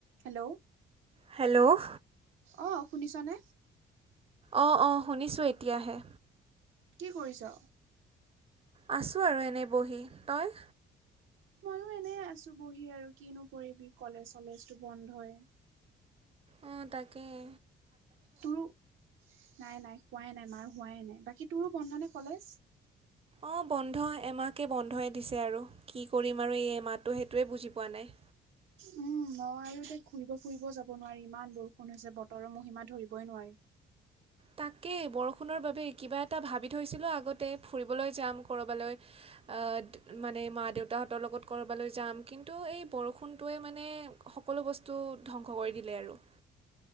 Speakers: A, on the right; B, on the right.
A: Hello.
B: Hello.
A: অ শুনিছনে
B: অ', অ' শুনিছোঁ এতিয়াহে।
A: কি কৰিছ?
B: আছোঁ আৰু এনেই বহি। তই?
A: ময়ো এনে আছোঁ বহি আৰু কিনো কৰিবি, কলেজ চলেজটো বন্ধই।
B: অ' তাকেই।
A: তোৰো নাই নাই হোৱাই নাই, মাৰ হোৱাই নাই, বাকী তোৰো বন্ধ নে কলেজ?
B: অ' বন্ধ, এমাহকে বন্ধই দিছে আৰু, কি কৰিম আৰু এই এমাহটো সেইটোৱে বুজি পোৱা নাই।
A: উম ন' আৰু এতিয়া ঘুৰিব ফুৰিব যাব নোৱাৰি ইমান বৰষুণ হৈছে, বতৰৰ মহিমা ধৰিবই নোৱাৰি।
B: তাকেই, বৰষুণৰ বাবে কিবা এটা ভাবি থৈছিলোঁ আগতে ফুৰিবলৈ যাম ক'ৰবালৈ আ, মানে মা দেউতাহঁতৰ লগত ক'ৰবালৈ যাম কিন্তু এই বৰষুণটোৱে মানে সকলো বস্তু ধ্বংস কৰি দিলে আৰু।